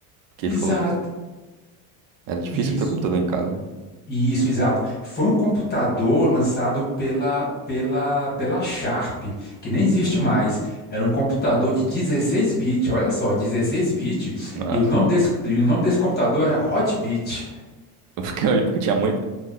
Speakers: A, on the right; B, on the left.
A: Porque
B: Exato.
A: falou era difícil
B: Isso.
A: ter um computador em casa, né?
B: Isso, exato. Foi um computador lançado pela, pela, pela Sharp, que nem existe mais. Era um computador de 16 bits, olha só, 16 bits,
A: Nossa.
B: e o nome desse, e o nome desse computador era Hotbit.
A: <laughs> Porque, porque tinha muito.